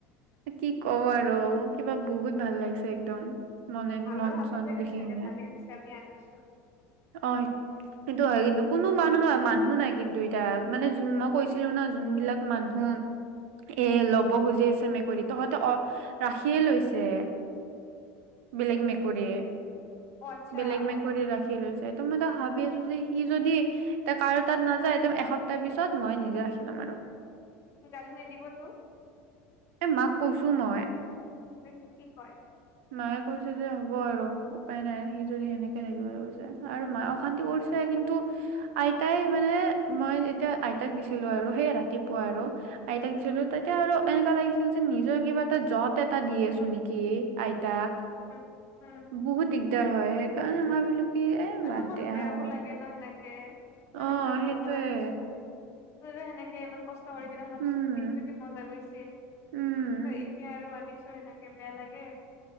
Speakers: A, on the right; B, on the left.
A: কি কব আৰু কিবা বহুত ভাল লাগিছে একদম। মনে
B: ভালৰ
A: মন
B: হাততে
A: চন
B: গৈছে
A: দেখি কিনে
B: দে ভালে হৈছে, আমি আনিছো।
A: অ'। সেইটো হয় কিন্তু, কোনো মানুহ ন, মানুহো নাই কিন্তু টা, মানে যো-মই কৈছিলো ন, যোনবিলাক মানুহ এ, ল'ব খুজি আছে মেকুৰী। তহঁতে অ' ৰাখিয়ে লৈছে <unintelligible> বেলেগ
B: ৰাখি
A: মেকুৰীয়ে,
B: লৈছো অ আচ্ছা
A: বেলেগ মেকুৰী
B: অ
A: ৰাখি লৈছে। <unintelligible> আছো যে সি যদি, এটা কাৰো তাত নাযায় এসপ্তাহ পিছত মই নিজে ৰাখি লম আৰু।
B: গালি নিদিব তোক?।
A: এ, মাক কৈছো মই।
B: <unintelligible> কি কয়
A: মায়ে কৈছে যে হ'ব আৰু উপায় নাই, সি যদি সেনেকে থাকিব কৈছে, আৰু মায়ে অশান্তি কৰিছে কিন্তু আইতাই মানে মই যেতিয়া আইতাক দিছিলো আৰু সেই ৰাতিপুৱা আৰু আইতাক দিছিলো
B: উম
A: ততিয়া আৰু এনেকুৱকা লাগিছিল, যে নিজৰ কিবা এটা যত এটা দি আছো নেকি এ। আইতাক।
B: উম উম
A: বহু দিগ দিগদাৰ হয়, সেইকাৰণে ভাবিলো কি এ
B: আৰু
A: বাদ
B: অখন
A: দিয়া
B: বেয়াও
A: আৰু
B: লাগে নহয় এনক কে। মানে
A: অ
B: কিমান
A: সেইটোয়ে
B: মৰমত আনিছো। <unintelligible> সেনেকে ইমান কষ্ট কৰি কেনে ভাবচোন,
A: উম
B: দিনটো কি মজা গৈছিল। চ'
A: উম
B: এতিয়া আৰু আনিছো তোৰ এনেকে বেয়া লাগে